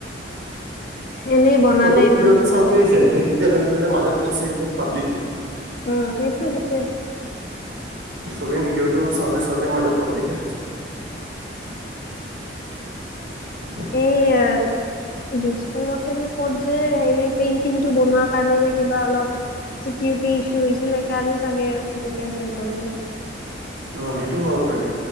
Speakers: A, on the left (about 50°); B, on the right (about 80°).
A: এনেই বনালে
B: চবেই নিজৰটো
A: ইমান সোনকালে
B: চাওঁতে যায় সেই তেতিয়া গমি পেলাই মাজত ফাঁচে হয় পাব্লিকে
A: উম সেইটো সেইটোৱে
B: চবেই নিজৰতো চাওঁতে চাওঁতে মাজত পাব্লিক <inaudible>
A: এয়া দিছ মুৰতেনে ক'ত যে সেৰি পেইন্টিংটো বনোৱাৰ কাৰণে যে কিবা অলপ চিকিউটি ইছু আছিল ন সেইকাৰণে চাগে কেনচেল কৰিলে।
B: অ সেইটো হ'ব পাৰে